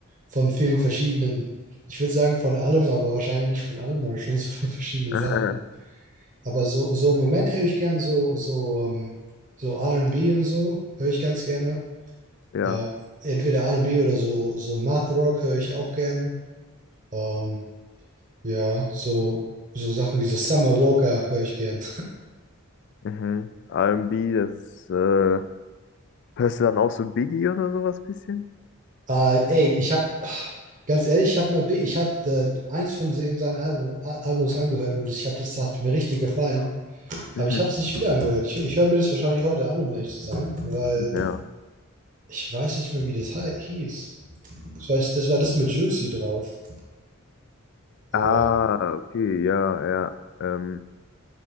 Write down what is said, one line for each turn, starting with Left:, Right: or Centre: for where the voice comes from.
Right: von vielen verschiedenen, ich würde sagen von allem, aber wahrscheinlich nicht von allem, aber schon so <laughs> von verschiedenen Sachen.
Left: Aha.
Right: Aber so, so im Moment höre ich gern so, so, ähm, so R&B und B und so, höre ich ganz gerne.
Left: Ja.
Right: Äh, entweder R und B oder so, so Math Rock höre ich auch gern. Ähm, ja, so, so Sachen wie so Summer Walker höre ich gern.
Left: Mhm. R und B, das ist, äh, hörst du dann auch so Biggie oder sowas bisschen?
Right: Äh, ey, ich habe Ganz ehrlich, ich habe mal, Bi- ich habe äh, eins von se- seinen Alben, Al- Albums angehört und ich habe das das hat mir richtig gefallen.
Left: Mhm.
Right: Aber ich habe es nicht wieder angehört. Ich, ich höre mir das wahrscheinlich heute an, um ehrlich zu sein, weil
Left: Ja.
Right: ich weiß nicht mehr, wie das hei- hieß. Ich weiß, das war das mit Juicy drauf. Aber
Left: Ah, okay, ja, ja. Ähm,